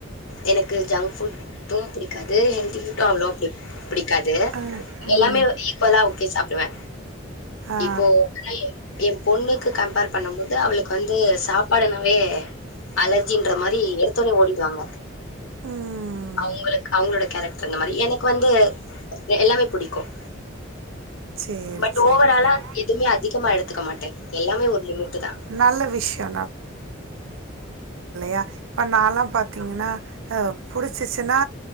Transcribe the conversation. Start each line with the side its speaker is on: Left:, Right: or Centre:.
Left: எனக்கு ஜங்க் ஃபுட்டு பிடிக்காது ஹெல்தி ஃபுட்டு அவ்ளோ பிடிக் பிடி க்காது
Right: ம்
Left: எல்லாமே
Right: ம்
Left: ஈக்கோலா ஊத்தி சாப்புடுவே
Right: ஆ
Left: இப்போ <unintelligible> என் பொண்ணுக்கு கம்பேர் பண்ணும் போது அவுளுக்கு வந்து சாப்பாடுனாவே அலர்ஜின்ற மாரி வெரு த்தோன ஓடிடுவாங்க
Right: ம்
Left: அவுங்களுக் அவுங்களோட கேரக்டர் இந்த மாரி எனக்கு வந்து எல்லாமே புடிக்கும்
Right: சேரி
Left: பட்
Right: சேரி
Left: ஓவராலா
Right: சேரி
Left: எதுவுமே அதிகமா எடுத்துக்க மாட்டேன் எல்லாமே ஒரு லிமிட்டுதா
Right: நல்ல விஷ்யோ யா ப்ப நாலாம் பாத்தீங்கன்னா அஹ் புடிச்சிச்சுன்னா